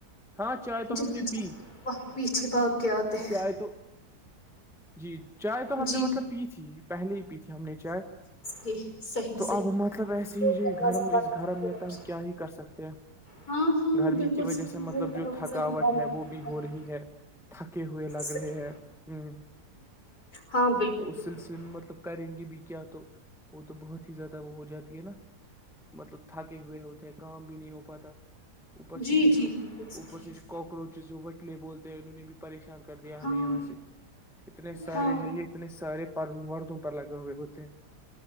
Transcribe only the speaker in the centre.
ہاں چائے تو
ہم نے
پی
چائے تو جی چائے تو ہم
نے مطلب پی تھی پہلے ہی پی تھی ہم نے چائے
تو
اب مطلب ایسے ہی
جو
گھر
اس گھر
میں
تو ہم کیا ہی کر سکتے ہیں
گرمی
کی وجہ
سے مطلب
جو
تھکاوٹ
ہے
وہ
بھی ہو
رہی ہے تھکے ہوئے لگ
رہے ہیں ہ
تو اس
سلسلے میں مطلب کریں گے بھی کیا تو وہ تو بہت ہی زیادہ وہ ہو جاتی ہے نا مطلب تھاکے ہوئے ہوتے ہیں کام بھی نہیں ہو پاتا اوپر
سے یہ
جو
اوپر سے کاکروچز جو وٹے بولتے ہیں انہوں بھی پریشان کر دیا ہمیں
یہاں سے اتنے سارے
ہیں یہ اتنے سارے پردو وردوں پر لگے ہوئے ہوتے ہیں